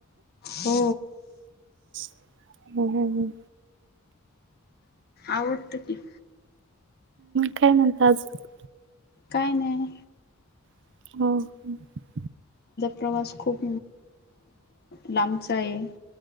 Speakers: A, on the left (about 45°); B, on the right (about 55°).
A: हो
B: हम् हम् हम्म
A: आवडतं की.
B: काय म्हणता अजून?
A: काय नाय
B: <unintelligible>
A: प्रवास खूप लांबचा आहे